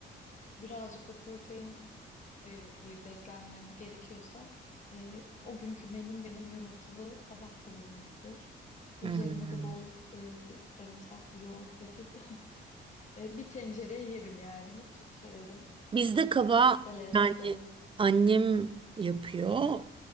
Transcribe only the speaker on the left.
birazcık da protein e, ile beslenmem gerekiyorsa e, o günkü menüm benim yumurtalı kabak kavurmasıdır. Üzerine
de bol e, sarımsaklı yoğurt döküp <laughs> e, bir tencereye yerim yani. Çok severim.
Çok da lezzetli
olur.